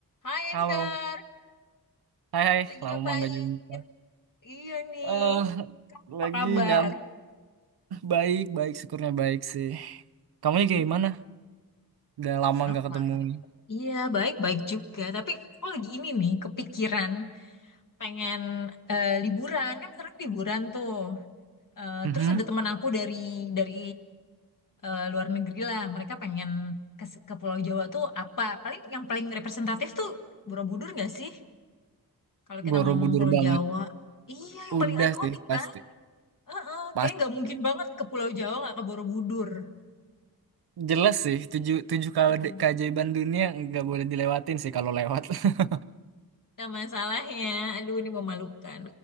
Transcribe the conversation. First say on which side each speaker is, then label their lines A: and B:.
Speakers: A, on the left (about 55°); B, on the right (about 80°).
A: Hai
B: Halo,
A: Enggar,
B: hai hai,
A: lagi
B: lama
A: ngapain?
B: nggak jumpa.
A: Iya nih,
B: Eh,
A: apa
B: lagi
A: kabar?
B: nyam, baik baik, syukurnya baik sih. Kamunya
A: Hmm,
B: kayak gimana? Udah lama
A: sama.
B: nggak ketemu nih.
A: Iya, baik-baik juga. Tapi aku lagi ini nih, kepikiran pengen eh, liburan. Kan sekarang liburan tuh. Eh,
B: Mhm.
A: terus ada teman aku dari dari eh, luar negeri lah. Mereka pengen ke, ke Pulau Jawa tuh apa? Paling yang paling representatif tuh Borobudur nggak sih? Kalau kita
B: Borobudur
A: ngomong Pulau
B: banget.
A: Jawa. Iya, yang
B: Udah
A: paling ikonik
B: sih pasti,
A: kan? ah, ah,
B: pasti.
A: kayaknya nggak mungkin banget ke Pulau Jawa nggak ke Borobudur.
B: Jelas sih, tujuh tujuh kali
A: Hmm.
B: keajaiban dunia nggak boleh dilewatin sih kalau lewat. <laughs>
A: Nah masalahnya, aduh ini memalukan.